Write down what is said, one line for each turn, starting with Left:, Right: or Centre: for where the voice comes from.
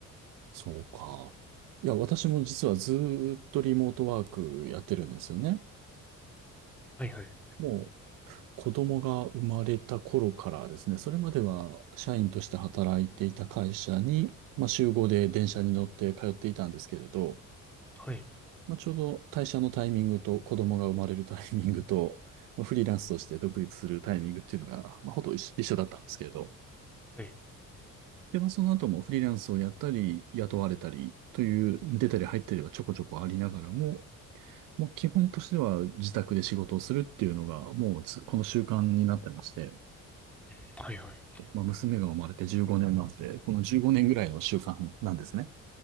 Right: そうか。いや、私も実はずーっとリモートワークやってるんですよね。
Centre: はいはい。
Right: もう子供が生まれた頃からですね、それまでは社員として働いていた会社に、まあ、週5で電車に乗って通っていたんですけれど、
Centre: はい。
Right: まあ、ちょうど退社のタイミングと子供が生まれるタイミングと、まあフリーランスとして独立するタイミングっていうのが、まあ、ほとんど一緒一緒だったんですけれど、
Centre: はい。
Right: で、まあ、その後もフリーランスをやったり、雇われたりという、出たり入ったりはちょこちょこありながらも、もう基本としては自宅で仕事をするっていうのが、もうつこの習慣になってまして、
Centre: うんはいはい。
Right: まあ、娘が生まれて15年なんで、この15年ぐらいの習慣なんですね。